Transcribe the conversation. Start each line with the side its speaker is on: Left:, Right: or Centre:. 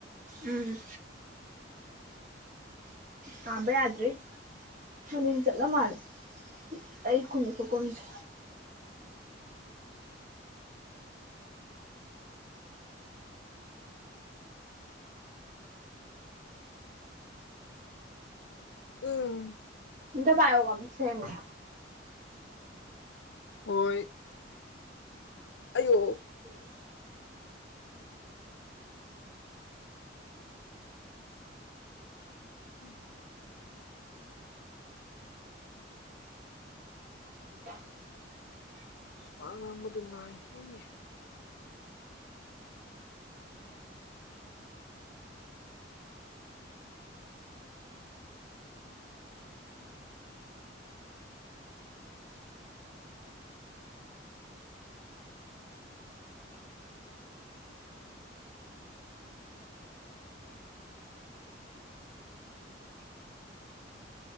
Right: ꯎꯝ ꯀꯥꯝꯕ ꯌꯥꯗ꯭ꯔꯤ ꯃꯅꯤꯟ ꯆꯠꯂ ꯃꯥꯜꯂꯦ ꯑꯩ ꯈꯨꯝꯃꯤ ꯈꯨꯈꯨꯝꯁꯦ
Left: ꯎꯝ
Right: ꯑꯝꯇ ꯄꯥꯏꯌꯣꯀꯣ ꯑꯝꯇ ꯁꯦꯝꯒꯦ
Left: ꯍꯣꯏ ꯑꯌꯣ
Right: <inaudible>
Left: ꯎꯝ
Right: <inaudible>
Left: ꯋꯥ ꯉꯥꯡꯕꯗ ꯅꯥꯏ ꯏꯅꯤ